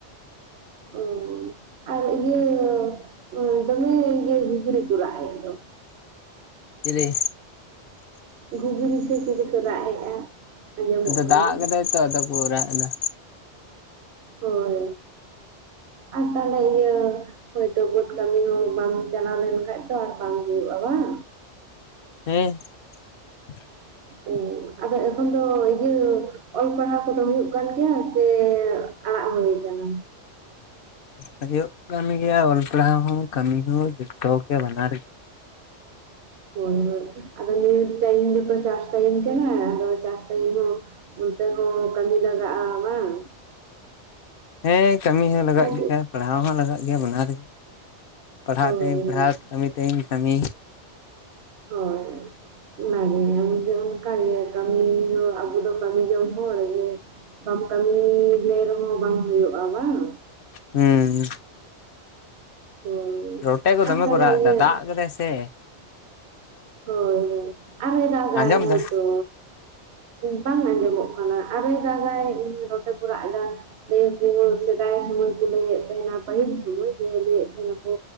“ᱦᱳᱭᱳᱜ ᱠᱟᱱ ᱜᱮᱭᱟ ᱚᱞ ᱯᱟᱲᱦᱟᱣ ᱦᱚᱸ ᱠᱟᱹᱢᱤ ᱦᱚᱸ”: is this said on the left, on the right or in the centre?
Left